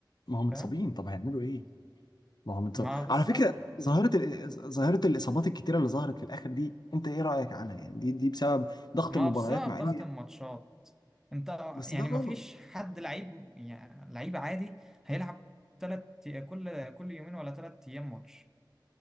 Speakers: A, on the left; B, in the centre.
A: ما هم متصابين
B: فاهم
A: طب هيعملوا ايه ما هم متصابين
B: ما بالظبط
A: على فكره ظاهره ال... ظاهره الاصابات الكتيره اللي ظهرت في الاخر دي انت ايه رايك عنها يعني دي دي بسبب ضغط
B: ما
A: المباريات
B: بسبب
A: مع
B: ضغط
A: ان
B: الماتشات انت
A: <laughs> بس
B: يعني
A: ده غلط
B: ما فيش حد لعيب يعني لعيب عادي هيلعب تلات كل كل يومين ولا تلات أيام ماتش